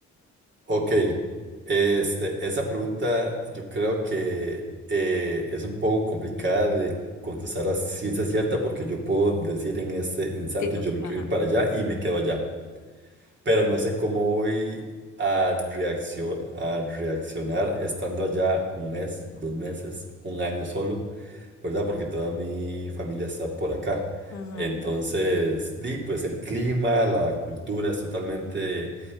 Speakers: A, on the right; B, on the left.
A: Ok, este, esa pregunta yo creo que eh, es un poco complicada de contestar a ciencia cierta porque yo puedo decir en este instante
B: Sí, to-
A: yo me
B: ajá.
A: quiero ir para allá y me quedo allá pero no sé cómo voy a reaccio- a reaccionar estando allá un mes, dos meses, un año solo, ¿verdad? Porque toda mi familia está por acá.
B: Ujú,
A: Entonces, di, pues el clima, la cultura es totalmente